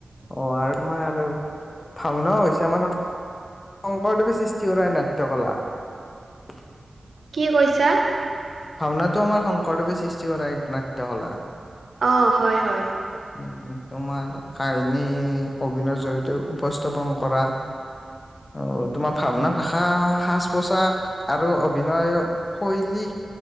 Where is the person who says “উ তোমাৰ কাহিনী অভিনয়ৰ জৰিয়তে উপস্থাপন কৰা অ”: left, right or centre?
Left